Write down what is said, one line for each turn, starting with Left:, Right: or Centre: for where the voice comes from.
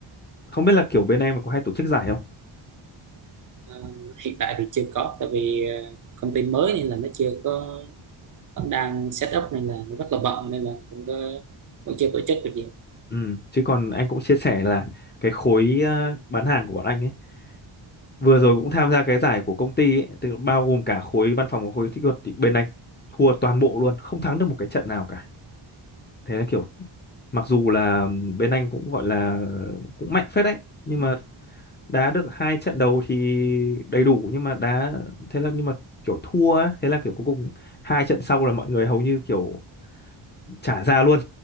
Left: không biết là kiểu bên em có hay tổ chức giải không
Right: Ờ, hiện tại thì chưa có tại vì ờ, công ty mới nên là nó chưa có vẫn đang set up nên là nó rất là bận nên là cũng có, vẫn chưa tổ chức được gì
Left: ừ chứ còn anh cũng chia sẻ là cái khối ờ, bán hàng của bọn anh ấy vừa rồi cũng tham gia cái giải của công ty ấy, tức bao gồm cả khối văn phòng và khối kỹ thuật thì bên anh thua toàn bộ luôn không thắng được một cái trận nào cả thế là kiểu mặc dù là bên anh cũng gọi là cũng mạnh phết đấy nhưng mà đá được hai trận đầu thì đầy đủ nhưng mà đá thế là nhưng mà kiểu thua ấy, thế là kiểu cuối cùng hai trận sau là mọi người hầu như kiểu trả ra luôn